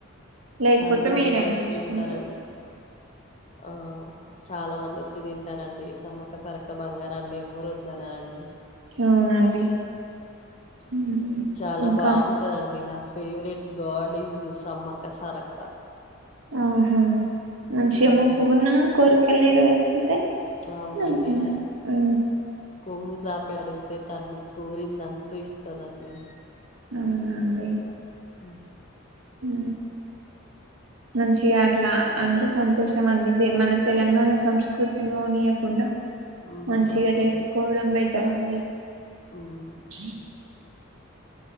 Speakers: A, on the right; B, on the left.
A: లేకపోతే
B: అని అందరు
A: మీరైనా
B: వచ్చి
A: ఉంచుకుంటారు
B: తింటారండి ఆ చాలా మంది వచ్చి దిం టారండి సమ్మక సారక్క బంగారాన్ని ఎవరు వద్దన్నారండి
A: అవునండి ఉమ్
B: చాలా
A: ఇంకా
B: బాగుంటదండి నాకు favourite god is Sammakka Sarakka.
A: ఆహా మంచిగ
B: హ్మ్.
A: మొక్కుకున్న కోరి క్కల్ నెరవేర్చుతే
B: అవునండి.
A: మంచిగా ఆ
B: కొంగు జాపి అడిగితే తల్లి కోరింద అంటూ ఇస్తదండి
A: అవునాండి
B: ఆ
A: ఊ మంచిగా అట్లా అంటే సంతోషం అండి దె మన తెలంగాణ సంస్కృతిని వోనీయకుండా
B: హ్మ్.
A: మంచిగ
B: అవునండి.
A: చేసుకోవడం బెట్ టరండి <inaudible>
B: హ్మ్.